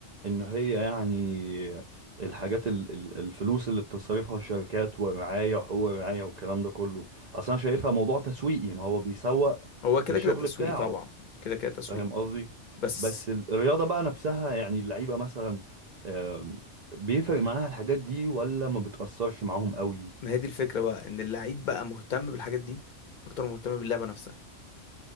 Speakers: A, on the right; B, on the left.
A: ان هي يعني الحاجات ال... ال- الفلوس اللي بتصرفها الشركات ورعاية وحقوق رعاية والكلام ده كله اصلا انا شايفها موضوع تسويقي ما هو بيسوق
B: هو كده
A: للشغل
B: كده تسويق
A: بتاعه
B: طبعا كده كده تسويق
A: فاهم قصدي
B: بس
A: بس الرياضة بقى نفسها يعني اللعيبة مثلا آم، بيفرق معاها الحاجات دي ولا ما بتأثرش معاهم قوي
B: ما هي دي الفكرة بقى ان اللعيب بقى مهتم بالحاجات دي اكتر ما مهتم باللعبة نفسها